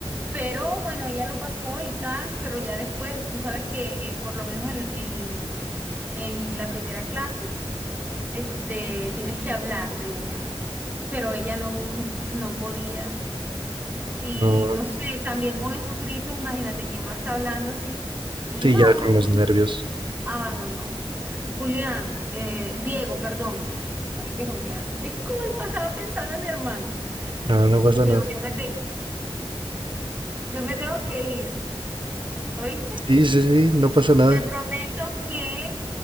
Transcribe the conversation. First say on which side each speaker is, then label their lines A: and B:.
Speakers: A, on the right; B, on the right.
A: Pero bueno, ella lo pasó y tal, pero ya después, tú sabes que eh, por lo menos en, en en la primera clase, este, tienes que hablar de una. Pero ella no, no podía. Y
B: no,
A: no sé, también con esos gritos, imagínate quién va a estar hablando así. Y
B: sí,
A: no,
B: ya con
A: ella
B: los nervios.
A: abandonó. Julián, eh, Diego, perdón. Marique Julián. Disculpa, estaba pensando en mi hermano.
B: No, no pasa
A: Diego,
B: nada.
A: yo me, te- yo me tengo que ir. ¿Oíste?
B: Sí, sí, sí, no pasa nada.
A: Te prometo que